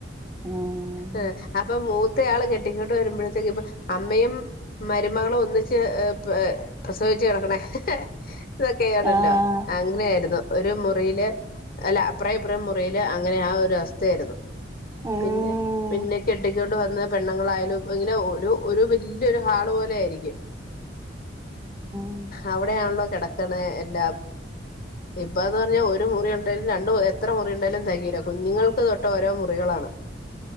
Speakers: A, on the right; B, on the left.
A: ഉം
B: ആഹ് അപ്പൊ മൂത്ത ആൾ കെട്ടിക്കൊണ്ട് വരുമ്പോഴത്തേക്ക് ഇപ്പൊ അമ്മയും മരുമകളും ഒന്നിച്ച് പ പ്രസവിച്ചു കിടക്കണേ ഇതൊക്കെയാണല്ലോ
A: ആഹ്
B: അങ്ങനെ ആയിരുന്നു ഒരു മുറിയില് അല്ല അപ്ര ഇപ്രേ മുറിയില് അങ്ങനെ ആഹ് ഒരു അവസ്ഥായിരുന്നു
A: ഉം
B: പിന്നെ പിന്നെ കെട്ടിക്കൊണ്ട് വന്ന പെണ്ണങ്ങളായാലും ഇപ്പ ഇങ്ങനെ ഒരു ഒരു വലിയ ഒരു ഹാള് പോലെ ആയിരിക്കും
A: ഉം
B: അവിടെയാണല്ലോ കിടക്കണ എല്ലാം ഇപ്പ ന്ന് പറഞ്ഞാൽ ഒരു മുറി ഉണ്ടെലും രണ്ട് എത്ര മുറി ഉണ്ടെലും തെകീല കുഞ്ഞുങ്ങൾക്ക് തൊട്ട് ഓരോ മുറികളാണ്